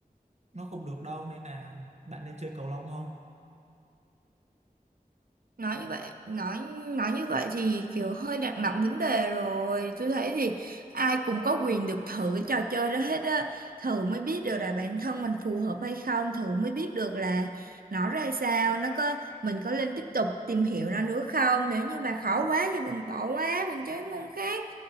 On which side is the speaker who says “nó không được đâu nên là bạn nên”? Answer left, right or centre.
Right